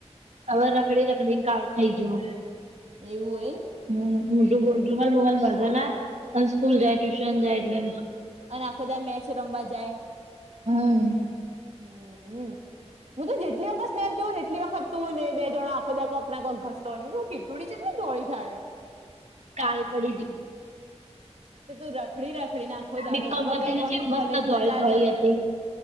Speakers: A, on the right (about 85°); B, on the right (about 70°).
A: અવે રખડી રખડી ને કાવ થઇ જોન.
B: એવું યેમ.
A: હમ્મ, <unintelligible> રૂમાલ બુમાલ બાધે નાય અને સ્કૂલ જાય, ટ્યુશન જાય એટલે
B: અને આખો દાય મેચ રમવા જાય.
A: હમ
B: હમ્મહમ્મ. હું તો જેટલી વખત સ્નેપ જોઉં ને એટલી વખત તું ને એ બે જણા આખો દા કક ક્રાકો ઘસતો ઓય, મે કવ કીટુડી જેટલી ધોળી થાય એમ.
A: કાય પડી ગી
B: તો તું રખડી રખડી ન આખો દાડો,
A: બીકોમ
B: વગર
A: કરતી
B: કોમની કોલેજમાં
A: ધોળી
B: જા
A: ધોળી
B: જા કર.
A: હતી